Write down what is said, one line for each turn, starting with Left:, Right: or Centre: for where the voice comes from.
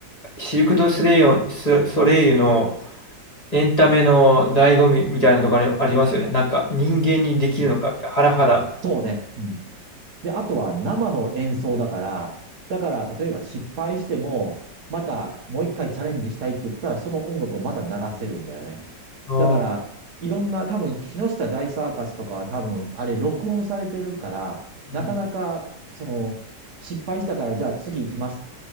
Left: シルク・ドゥ・ソレイユ、ソソレイユのエンタメの醍醐味みたいなところありますよね。なんか人間にできるのかみたいな、
Right: うん、
Left: ハラハラ。
Right: そうね。うんで、あとは生の演奏だから、だから例えば失敗しても、またもう一回チャレンジしたいって言ったら、その音楽をまた流せるんだよね。
Left: あー、
Right: だから、いろんな多分、木下大サーカスとかは多分、あれ録音されてるから、
Left: うん
Right: なかなか、その、失敗したからじゃあ次行きます